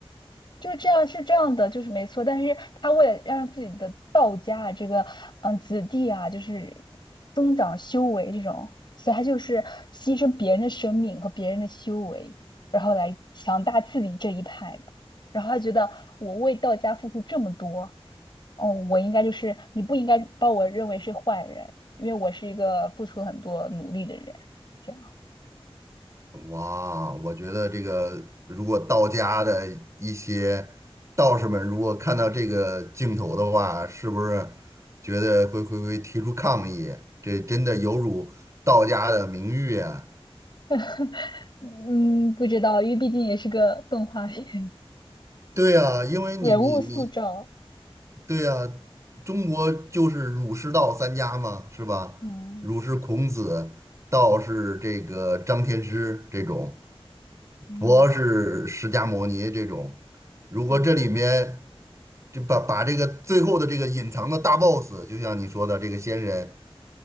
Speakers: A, on the left; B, on the right.
A: 就是这样是这样的，就是没错，但是他为了让自己的道家啊，这个嗯子弟啊，就是增长修为这种，所以他就是牺牲别人的生命和别人的修为，然后来强大自己这一派的，然后他觉得我为道家付出这么多。哦，我应该就是你不应该把我认为是坏人，因为我是一个付出很多努力的人。这样，
B: 哇，我觉得这个如果道家的一些道士们如果看到这个镜头的话，是不是觉得会会会提出抗议？这真的有辱道家的名誉啊！
A: <laughs> 嗯，不知道，因为毕竟也是个动画片，
B: 对啊，因为你你你。
A: <laughs> 人物塑造。
B: 对呀，中国就是儒释道三家嘛，是吧？
A: 嗯
B: 儒是孔子，道是这个张天师这种，
A: 嗯
B: 佛是释迦牟尼这种。如果这里面
A: 嗯，
B: 就把把这个最后的这个隐藏的大 boss，就像你说的这个仙人，